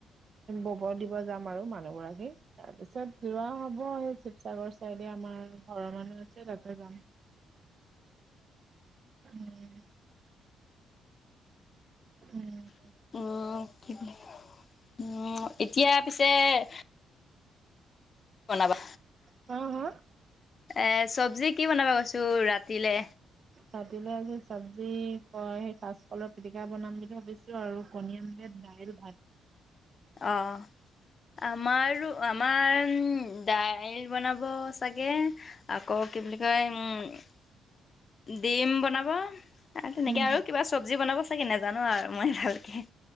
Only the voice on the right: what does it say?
বব দিব যাম, আৰু মানুহ গৰাকীক তাৰ পিছত লোৱাহত হ'ব, এই শিৱসাগৰ চাইডে আমাৰ ঘৰৰ মানুহ আছে, তাতে যাম। উম। উম।
হা, হা।
ৰাতিলৈ আজি চবজি অ' সেই কাচকলৰ পিটিকা বনাম বুলি ভাবিছোঁ, আৰু কণী অমলেট, দাইল-ভাত।
উম,
উম,